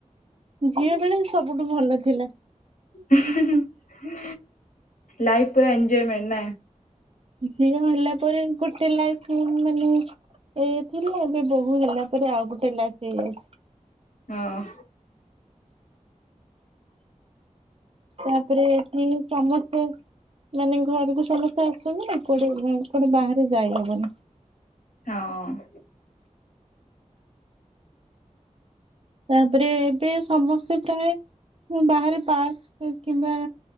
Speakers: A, on the right; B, on the left.
A: ଝିଅ ବେଳେ ସବୁଠୁ ଭଲ ଥିଲା।
B: ହୁଁ ହୁଁ ହୁଁ ଲାଇଫ୍ ପୁରା ଏଞ୍ଜଜୟମେଣ୍ଟ ନା?
A: ଝିଅ ହେଲା ପରେ ଗୋଟେ ଲାଇଫ୍ ଉଁ ମାନେ ଏ ଥିଲା ଏବେ ବୋହୂ ହେଲା ପରେ ଆଉ ଗୋଟେ ଲାଇଫ ହେଇଯାଇଛି।
B: ହଁ। <inaudible>
A: ତାପରେ ଏଠି ସମସ୍ତେ ମାନେ ଘରକୁ ସମସ୍ତେ ଆସନ୍ତିନା କୁଆଡେ ଉଁ କୁଆଡେ ବାହାରେ ଯାଇହବନି।
B: ହଁ।
A: ତାପରେ ଏବେ ସମସ୍ତେ ପ୍ରାୟେ ଉଁ ବାହାରେ ପାର୍କ କିମ୍ବା